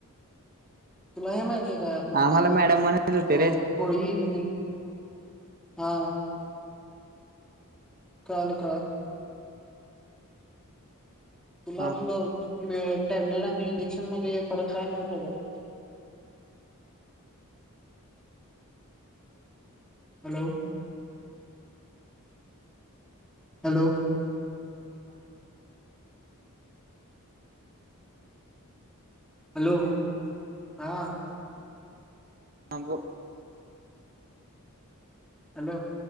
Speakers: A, in the centre; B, on the right.
A: तुला हे माहित आहे का आपलं
B: आम्हाला
A: काय ते
B: मॅडम
A: अ
B: म्हणत होते रे
A: गोळी मध्ये आ कळालं कळालं. तूला
B: हा
A: आपलो
B: हा
A: तुला टॅबलेट आणि इंजेक्शन मध्ये फरक काय माहिती हाय का? हॅलो? हॅलो! हॅलो हा.
B: आ गो
A: हॅलो